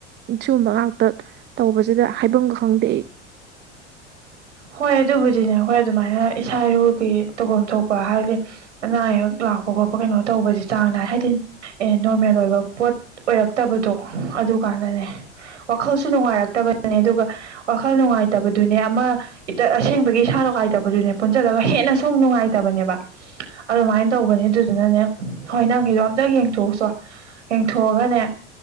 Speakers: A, on the right; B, on the right.
A: ꯁꯤꯒꯨꯝꯕ ꯉꯥꯛꯇ ꯇꯧꯕꯁꯤꯗ ꯍꯥꯏꯕꯝꯒ ꯈꯪꯗꯦ ꯑꯩ
B: ꯍꯣꯏ ꯑꯗꯨꯕꯨꯗꯤꯅꯦ ꯑꯩꯈꯣꯏ ꯑꯗꯨꯃꯥꯏꯅ ꯏꯁꯥ ꯏꯔꯨꯒꯤ ꯇꯧꯐꯝ ꯊꯣꯛꯄ ꯍꯥꯏꯕꯗꯤ ꯑꯅꯥ ꯑꯌꯦꯛ ꯂꯥꯛꯄ ꯈꯣꯠꯄ ꯀꯩꯅꯣ ꯇꯧꯕꯁꯦ ꯆꯥꯡ ꯅꯥꯏ ꯍꯥꯏꯗꯤ ꯑꯦ ꯅꯣꯔꯃꯦꯜ ꯑꯣꯏꯕ ꯄꯣꯠ ꯑꯣꯏꯔꯛꯇꯕꯗꯣ ꯑꯗꯨꯀꯥꯟꯗꯅꯦ ꯋꯥꯈꯜꯁꯨ ꯅꯨꯡꯉꯥꯏꯔꯛꯇꯕꯅꯦ ꯑꯗꯨꯒ ꯋꯥꯈꯜ ꯅꯨꯡꯉꯥꯏꯇꯕꯗꯨꯅꯦ ꯑꯃ ꯏꯇ ꯑꯁꯦꯡꯕꯒꯤ ꯏꯁꯥ ꯅꯨꯡꯉꯥꯏꯇꯕꯁꯨꯅꯦ ꯄꯨꯟꯁꯤꯜꯂꯒ ꯍꯦꯟꯅꯁꯨ ꯑꯃꯨꯛ ꯅꯨꯡꯉꯥꯏꯇꯕꯅꯦꯕ ꯑꯗꯨꯃꯥꯏꯟ ꯇꯧꯕꯅꯦ ꯑꯗꯨꯗꯨꯅꯅꯦ ꯍꯣꯏ ꯅꯪꯒꯤꯗꯣ ꯑꯝꯇꯪ ꯌꯦꯡꯊꯣꯛꯎꯁꯣ ꯌꯦꯡꯊꯣꯛꯑꯒꯅꯦ